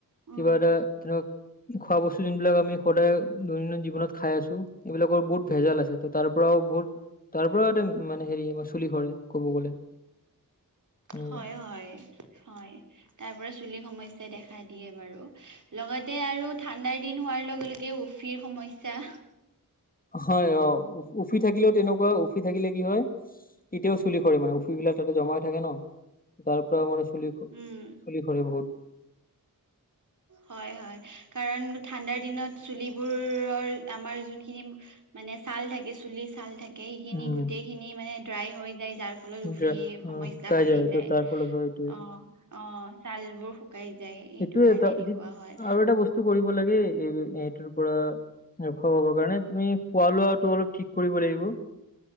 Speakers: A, on the right (about 60°); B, on the left (about 25°).
A: উম
B: কিবা এটা তেনেকুৱা খোৱা বস্তু যোনবিলাক আমি সদায় দৈনন্দিন জীৱনত খাই আছোঁ, এইবিলাকৰ বহুত ভেজাল আছে ত' তাৰ পৰাও বহুত তাৰ পৰা এটা মানে হেৰি আমাৰ চুলি সৰে ক'ব গ'লে। তেনেকুৱা।
A: হয় হয়, হয়। তাৰ পৰা চুলিৰ সমস্যাই দেখা দিয়ে বাৰু, লগতে আৰু ঠাণ্ডাৰ দিন হোৱাৰ লগে লগে উফ ফিৰ সমস্যা
B: হয় অ', উফ-উফি থাকিলেও তেনেকুৱা, উফি থাকিলে কি হয় তেতিয়াও চুলি সৰে মানে উফি বিলাক তাতে জমাই হৈ থাকে ন, তাৰ পৰা মানে চু চুলি স,
A: উম
B: চুলি সৰে বহুত।
A: হয় হয়, কাৰণ ঠাণ্ডাৰ দিনত চুলিবোৰৰ আমাৰ যোনখিনি মানে ছাল থাকে চুলিৰ ছাল থাকে, সেইখিনি
B: উম
A: গোটেইখিনি মানে ড্ৰাই হৈ যায় যাৰ ফলত
B: এতিয়া
A: উফিৰ
B: অ
A: সমস্যা
B: শুকাই
A: বাঢ়ি যায়,
B: ত তাৰ ফলত হয় এইটোৱে।
A: অ'। অ', ছালবোৰ শুকাই যায়। সেইটো
B: এইটোয়ে
A: কাৰণে
B: এটা,
A: এনেকুৱা হয়
B: আৰু এটা বস্তু কৰিব লাগে এই এইটোৰ পৰা ৰক্ষা পাব কাৰণে তুমি খোৱা লোৱাটো অলপ ঠিক কৰিব লাগিব।